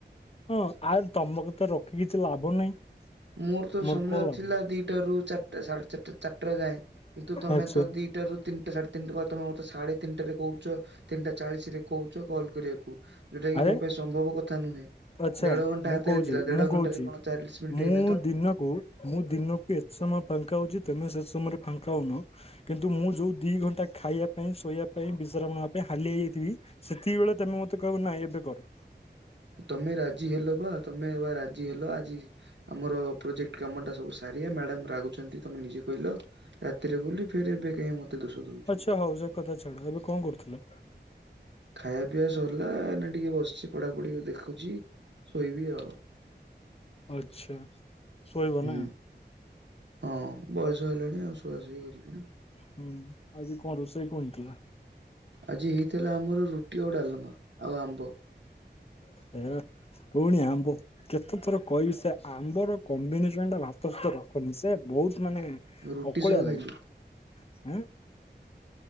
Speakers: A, on the left (about 35°); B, on the right (about 75°).
A: ହଁ ଆର୍ ତମକୁତ ରଖି କିଛି ଲାଭ ନାହିଁ।
B: ମୋରତ
A: ମୋର
B: ସମୟ
A: କଣ ଲାଭ
B: ଥିଲା ଦିଟାରୁ ଚାରିଟା ସାଢେ ଚାରିଟା ଚାରିଟା ଯାଏଁ କିନ୍ତୁ ତମେତ
A: ଆଛା
B: ଦି ତିନି ଟାରୁ ତିନିଟା ସାଢେ ତମେତ ସାଢେ ତିନଟାରେ କହୁଚ ତିନିଟା ଚାଳିଶରେ କହୁଚ କଲ୍ କରିବାକୁ ଯୋଉଟାକି
A: ଆରେ
B: ମୋ ପାଇଁ ସମ୍ଭବ କଥା ନୁହେଁ
A: ଆଛା
B: ଦେଢଘଣ୍ଟା
A: ମୁଁ
B: ହାତରେ
A: କହୁଛି
B: ଥିଲା ଦେଢ
A: ମୁଁ କହୁଛି
B: ଘଣ୍ଟାରେ କଣ ଚାଳିଶି ମିନିଟ୍
A: ମୁଁ
B: ହେଇ
A: ଦିନକୁ ମୁଁ ଦିନକୁ ଏତେ ସମୟ ଫାଙ୍କା ହଉଚି ତମେ ସେସମୟରେ ଫାଙ୍କା ହଉନ କିନ୍ତୁ ମୁଁ ଯୋଉ ଦି ଘଣ୍ଟା ଖାଇବା ପାଇଁ ଶୋଇବା ପାଇଁ ବିଶ୍ରାମ ନେବା ପାଇଁ ହାଲିଆ ହେଇଯାଇଥିବି ସେତିକି ବେଳେ ତେମେ ମତେ କଇବ ନାଇଁ ଏବେକର
B: ତମେ ରାଜି ହେଲବା ତମେବା ରାଜି ହେଲ ଆଜି ଆମର ପ୍ରୋଜେକ୍ଟ କାମଟା ସବୁ ସାରିବା ମ୍ୟାଡ଼ାମ ରାଗୁଛନ୍ତି ତମେ ନିଜେ କହିଲ। ରାତିରେ ବୁଲି ଫେର ଏବେ କାଇଁ ମତେ ଦୋଷ ଦଉଚ।
A: ସେ ହଉ ସେକଥା ଛାଡ଼ ଏବେ କଣ କରୁଥିଲ?
B: ଖାଇବା ପିଆ ସରିଲ ଏଇନା ଟିକେ ବସିଚି ପଢ଼ାପଢ଼ି ଦେଖ ରଖୁଚି ଶୋଇବି ଆଉ।
A: ଆଚ୍ଛା ଶୋଇବନା।
B: ହୁଁ। ହଁ ବୟସ ହେଲାଣି ଆଉ ସୁୁଆସୋଇ କରିବିନା।
A: ହୁଁ ଆଜି କଣ ରୋଷେଇ କଁ ହେଇଥିଲା?
B: ଆଜି ହେଇଥିଲା ଆମର ରୁଟି ଆଉ ଡ଼ାଲମା ଆଉ ଆମ୍ବ।
A: ଏହେ ପୁଣିି ଆମ୍ବ କେତେ ଥର କହିବି ସେ ଆମ୍ବର କମ୍ବିନେସନ ଟା ଭାତ ସହିତ ରଖନି ସେ ବହୁତ ମାନେ
B: ରୁଟି
A: ଅକୁଳିଆ
B: ସହ ଖାଇଲି
A: ଲାଗେ। ଉଁ